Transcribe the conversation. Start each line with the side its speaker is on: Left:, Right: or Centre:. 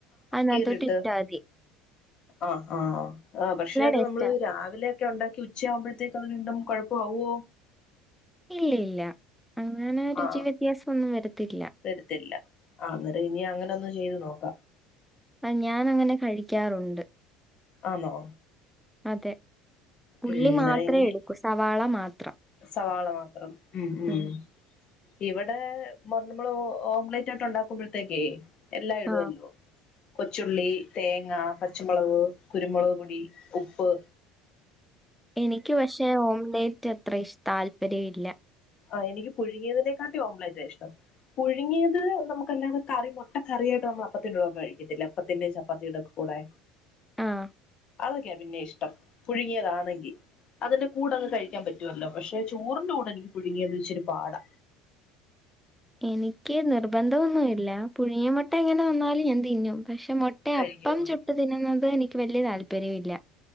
Centre: അതിനകത്തോട്ട്
Left: കീറിയിട്ട്
Centre: ഇട്ടാതി
Left: ആ ആ ആ ആ പക്ഷെ അത്
Centre: ടേസ്റ്റാ
Left: നമ്മള് രാവിലെ ഒക്കെ ഉണ്ടാക്കി ഉച്ചയാവുമ്പോഴത്തേക്ക അത് വീണ്ടും കുഴപ്പ ആവോ
Centre: ഇല്ല ഇല്ല അങ്ങനെ രുചി
Left: ആ
Centre: വ്യത്യാസം ഒന്നും വരത്തില്ല
Left: വരത്തില്ല അന്നേരം ഇനി അങ്ങനെ ഒന്ന് ചെയ്ത് നോക്കാം
Centre: അ ഞാൻ അങ്ങനെ കഴിക്കാറുണ്ട്
Left: ആന്നോ
Centre: അതെ പുള്ളി
Left: ഉം
Centre: മാത്രേ
Left: റെങ്ങി
Centre: എടുക്കൂ സവാള മാത്ര
Left: സവാള മാത്രം ഉം ഉം
Centre: ഉം.
Left: ഇവിടെ നമ്മൾ ഓംലെറ്റ് ആട്ട് ഉണ്ടാക്കുമ്പോഴത്തേക്കേ എല്ലാം
Centre: ആ
Left: ഇടുവല്ലോ കൊച്ചുള്ളി തേങ്ങ പച്ചമുളക് കുരുമുളക് പൊടി ഉപ്പ്
Centre: എനിക്ക് പക്ഷെ ഓംലെറ്റ് അത്ര ഇഷ്ടം താല്പര്യമില്ല
Left: ആ എനിക്ക് പുഴുങ്ങിയതിനെക്കാട്ടി ഓംലെറ്റ ഇഷ്ടം പുഴുങ്ങിയത് നമുക്കല്ലാതെ കറി മൊട്ട കറിയായിട്ട് നമ്മൾ അപ്പത്തിന്റെയും കഴിക്കിട്ടില്ലേ അപ്പത്തിന്റെയും ചപ്പാത്തിടൊക്കെ കൂടെ
Centre: ആ
Left: അതൊക്കെയാ പിന്നെ ഇഷ്ട ട്ടം. പുഴുങ്ങിയതാന്നെങ്കി അതിന്റെ കൂടങ്ങ് കഴിക്കാൻ പറ്റുവല്ലോ പക്ഷെ ചോറിന്റെ കൂടെ എനിക്ക് പുഴുങ്ങിയത് ഇച്ചിരി പാടാ
Centre: എനിക്ക് നിർബന്ധംന്നുമില്ല പുഴുങ്ങിയ മുട്ട എങ്ങനെ വന്നാലും ഞാൻ തിന്നും പക്ഷെ മൊട്ട
Left: കഴിക്കുക
Centre: അപ്പം ചുട്ട് തിന്നുന്നത് എനി വല്യ താല്പര്യ ഇല്ല